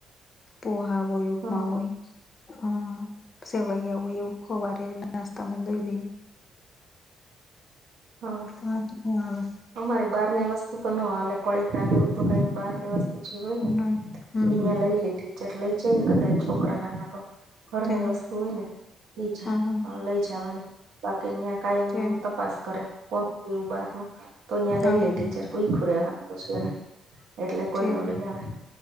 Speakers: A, on the left; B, on the right.
A: પોહા હોય ઉપમા
B: હા
A: હોય. હમ સવાય એવું એવું હોવા ર નાસ્તા મંદઈ દ
B: હા
A: સાજ ખલ
B: અમારી બહારની વસ્તુ તો ના હાલે પડીકા ને એવું તો કઈ બાર ની વસ્તુ પછી હોય ને
A: ના. હમ
B: અયા
A: હમ
B: લઈ લે ટીચર લઈ જાય ને કદાચ છોકરા નાના તો ઘરની
A: છે
B: વસ્તુ હોય ને લઈ જ
A: હા હા
B: લઈ જવાની. બાકીની્યાં કાયમ
A: છે
B: તપાસ કરે કોણ બાર નું તો અ્યાં
A: હા
B: લઈ લે
A: હા
B: ટીચર તુઈખું રેવા છેને એટલે કોઈ
A: છે
B: ન લઈ આવે